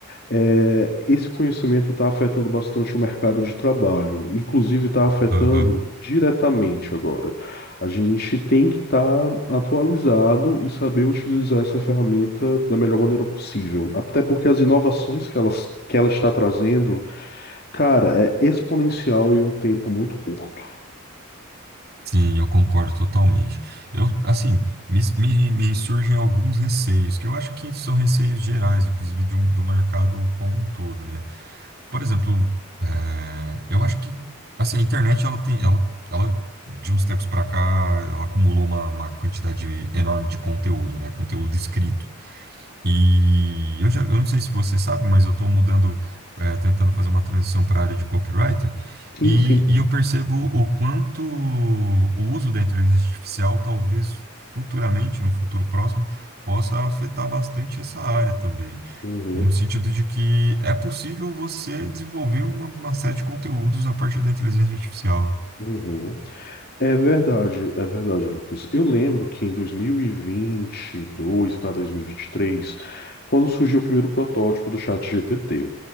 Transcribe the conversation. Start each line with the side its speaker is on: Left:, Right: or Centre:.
Left: É, esse conhecimento está afetando bastante o mercado de trabalho, inclusive está afetando
Right: Aham.
Left: diretamente agora. A gente tem que estar atualizado e saber utilizar essa ferramenta da melhor maneira possível, até porque as inovações que ela, que ela está trazendo, cara, é exponencial e um tempo muito curto.
Right: Sim, eu concordo totalmente. Eu, assim, me, me, me surgem alguns receios, que eu acho que são receios gerais, inclusive de um- do mercado como um todo, né? Por exemplo, eh, eu acho que assim, a internet ela tem, ela, ela, de uns tempos para cá, ela acumulou uma, uma quantidade enorme de conteúdo, né? Conteúdo escrito. E eu já, eu não sei se você sabe, mas eu estou mudando, eh, tentando fazer uma transição para a área de copywriter,
Left: Sim,
Right: e,
Left: sim.
Right: e eu percebo o quanto o uso da inteligência artificial talvez futuramente, no futuro próximo, possa afetar bastante essa área também.
Left: Uhum,
Right: No sentido de que é possível você desenvolver uma, uma série de conteúdos a partir da inteligência artificial.
Left: uhum. É verdade, é verdade, Lucas. Eu lembro que em 2022 para 2023, quando surgiu o primeiro protótipo do ChatGPT,